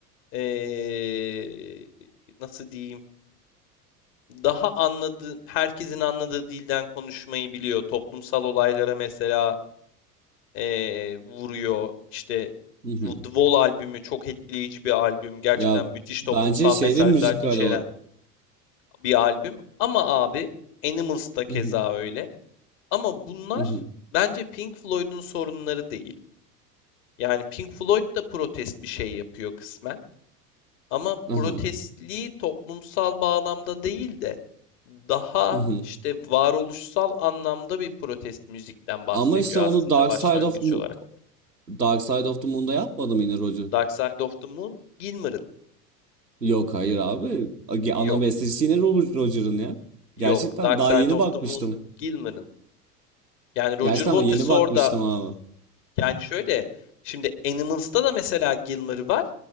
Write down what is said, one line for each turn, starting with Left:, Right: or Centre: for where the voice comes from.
Left: eee, nasıl diyeyim? Daha anladığı herkesin anladığı dilden konuşmayı biliyor. Toplumsal olaylara mesela eee, vuruyor. İşte
Right: Hı hı.
Left: bu The Wall albümü çok etkileyici bir albüm. Gerçekten
Right: Ya
Left: müthiş
Right: bence
Left: toplumsal
Right: şeyde
Left: mesajlar
Right: müzikal
Left: içeren
Right: olarak.
Left: bir albüm. Ama abi Animals da keza
Right: Hı hı.
Left: öyle. Ama bunlar
Right: Hı hı.
Left: bence Pink Floyd'un sorunları değil. Yani Pink Floyd da protest bir şey yapıyor kısmen. Ama
Right: Aha.
Left: protestliği toplumsal bağlamda değil de daha
Right: Hı hı.
Left: işte varoluşsal anlamda bir protest müzikten bahsediyor
Right: Ama işte onu
Left: aslında
Right: Dark
Left: başlangıç
Right: Side of Mo-
Left: olarak.
Right: Dark Side of the Moon'da yapmadım yine Roger.
Left: Dark Side of the Moon, Gilmour'ın.
Right: Yok hayır abi. Ge- Ana
Left: Yok.
Right: bestecisi yine Robert Roger'ın ya.
Left: Yok.
Right: Gerçekten
Left: Dark
Right: daha
Left: Side
Right: yeni
Left: of
Right: bakmıştım.
Left: the Moon Gilmour'ın. Yani Roger
Right: Gerçekten
Left: Waters
Right: ama yeni bakmıştım
Left: orada
Right: abi.
Left: yani şöyle şimdi Animals'ta da mesela Gilmour var.